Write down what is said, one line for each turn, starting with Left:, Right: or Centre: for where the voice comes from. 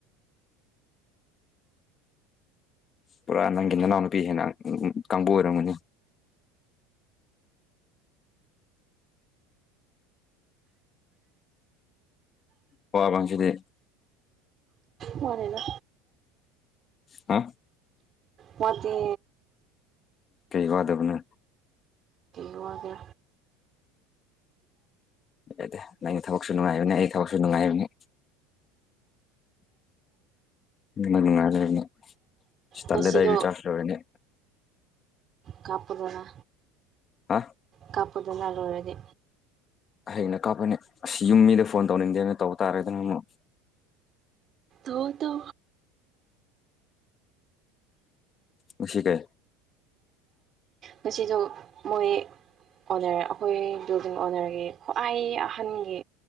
Left: ꯄꯨꯔꯥ ꯅꯪꯒꯤ ꯅꯅꯥꯎꯅꯨꯄꯤ ꯍꯦꯟꯅ ꯀꯥꯡꯕꯨ ꯑꯣꯏꯔꯝꯒꯅꯤ꯫ ꯋꯥ ꯄꯁꯤꯗꯤ
Right: ꯋꯥꯅꯦꯅ
Left: ꯍꯥ
Right: ꯄꯇ
Left: ꯀꯩ ꯋꯥꯗꯕꯅ
Right: ꯅꯒꯦ
Left: ꯌꯥꯗꯦ ꯅꯪꯒꯤ ꯊꯕꯛꯁꯨ ꯅꯨꯡꯉꯥꯏꯕꯅꯤ ꯑꯩꯒꯤ ꯊꯕꯛꯁꯨ ꯅꯨꯡꯉꯥꯏꯕꯅꯤ ꯎꯅꯨꯡꯉꯥꯏꯔ ꯇꯂꯦꯗꯏ
Right: ꯉꯁꯤꯗꯣ
Left: ꯆꯥꯅꯦ
Right: ꯀꯥꯄꯗꯣꯔꯥ
Left: ꯍꯥ
Right: ꯀꯥꯞꯄꯗꯅ ꯂꯣꯏꯔꯗꯤ
Left: ꯍꯌꯦꯩꯅ ꯀꯥꯞꯄꯅꯦ ꯑꯁ ꯌꯨꯝ ꯃꯤꯗ ꯐꯣꯟ ꯇꯧꯅꯤꯡꯗꯦꯅ ꯇꯧꯕ ꯇꯥꯔꯦꯗꯅ ꯑꯃꯨꯛ
Right: ꯍ ꯇꯣ
Left: ꯉꯁꯤ ꯀꯦ
Right: ꯉꯁꯤꯗꯣ ꯃꯣꯏ ꯑꯣꯅꯔ ꯑꯩꯈꯣꯏꯗꯨꯗ ꯑꯣꯅꯔꯒꯤ ꯈ꯭ꯋꯥꯏ ꯑꯍꯟꯒꯤ